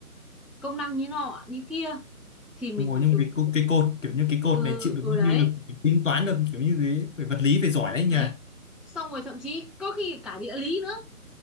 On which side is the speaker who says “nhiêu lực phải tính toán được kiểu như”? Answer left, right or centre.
Left